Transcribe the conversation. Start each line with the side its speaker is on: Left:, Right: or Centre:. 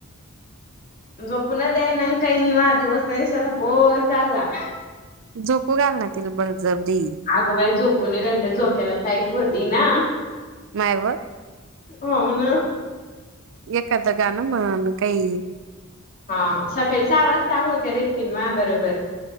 Left: झोपूनच द्यायना आणि काय नी माआ दिवस तर असा बोर चालला.
Right: झोपू घाल ना तीला बळजबरी
Left: आगोबाई झोपून राहिल तर झोक्याला ताईत होती ना
Right: नायव
Left: हो ना
Right: एखादं गाणं म्हण काही
Left: हा सकाळी सहा वाजता आंघोळ करेली तिने माआ बरोबर